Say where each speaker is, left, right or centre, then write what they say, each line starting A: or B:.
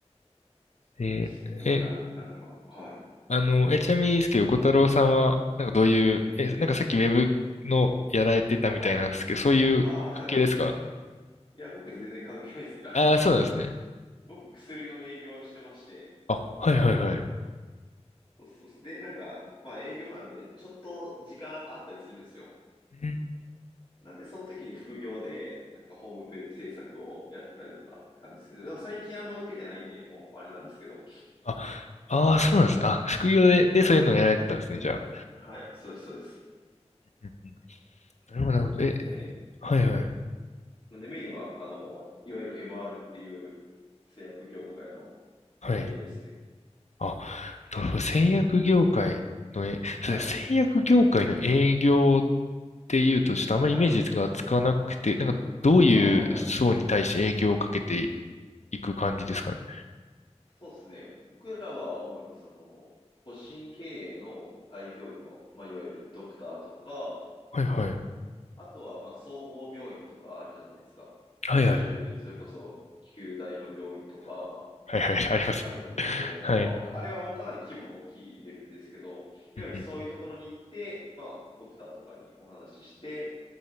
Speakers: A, on the left (about 80°); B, on the left (about 45°).
A: で、
B: すごいですね。でも、
A: え、
B: いや、なんか、はい。
A: あの、え、ちなみにですけど、小太郎さんは、なんかどういう、え、なんかさっきウェブのやられてたみたいなんですけど、
B: はい。
A: そういう関係ですか
B: ああ、はい。いや、僕全然関係ないです。あの、
A: ああー、そうなんですね。
B: 僕薬の営業をしてまして、
A: あ、はいはいはい。
B: そうそうそう。で、なんか、まあ営業なんで、ちょっと時間あったりするんですよ。
A: うん
B: なんで、その時に副業で、なんかホームページ制作をやってたりとかって感じですね。でも最近あんま受けてないんで、もうあれなんですけど。
A: あ、ああ、そうなんですね。あ、副業で、で、
B: はい。
A: そういうのをやられてたんですね、じゃあ。
B: はい。そうです、そうです。
A: うんうんなるほど、なるほど。え、
B: で、
A: はいはい。
B: なんでメインは、あの、いわゆる MR っていう製薬業界の
A: はい。
B: 営業ですね。
A: あ、なるほど。製薬業界の、え、
B: はい。
A: そうですね、製薬業界の営業っていうと、ちょっとあんまりイメージがつかなくて、
B: はい。
A: なんかどういう層に対して営業をかけて
B: ああ、はい。
A: いく感じですかね。
B: そうですね。僕らは主にその、個人経営の開業医の、まあ、いわゆるドクターとか、
A: はいはい。
B: あとは、まあ、総合病院とかあるじゃないですか。
A: はいはい。
B: 九州、それこそ、九大の病院とか、
A: はいはい、ありますね。
B: あると思うんですけど、
A: はい。
B: まあ、かあれはもうかなり規模の大きいレベルですけど、いわゆるそういうところに行って、
A: うんうん。
B: まあ、ドクターとかにお話しして、